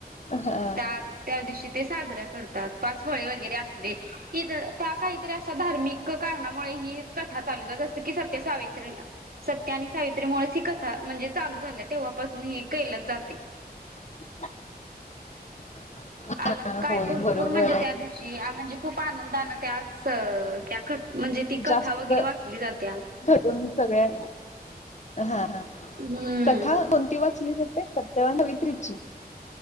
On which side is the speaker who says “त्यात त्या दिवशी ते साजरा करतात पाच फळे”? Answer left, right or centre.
Right